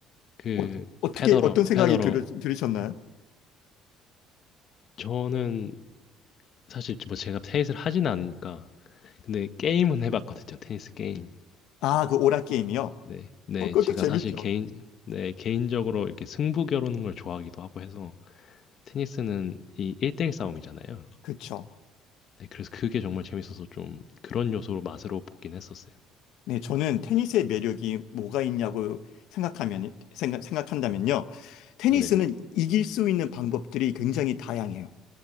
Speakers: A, on the left; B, on the left.
A: 그
B: 어, 어떻게
A: 페더러
B: 어떤 생각이
A: 페더러
B: 들, 들으셨나요?
A: 저는 사실 뭐 제가 테니스를 하진 않으니까 근데 게임은 해 봤거든요, 테니스 게임.
B: 아, 그 오락 게임이요?
A: 네. 네.
B: 어, 그것도
A: 제가
B: 재밌죠.
A: 사실 개인 네, 개인적으로 이렇게 승부 겨루는 걸 좋아하기도 하고 해서 테니스는 이 1대1 싸움이잖아요.
B: 그쵸.
A: 네, 그래서 그게 정말 재밌어서 좀 그런 요소로 맛으로 보긴 했었어요.
B: 네, 저는 테니스의 매력이 뭐가 있냐고 생각하면, 생각, 생각한다면요. 테니스는
A: 네.
B: 이길 수 있는 방법들이 굉장히 다양해요.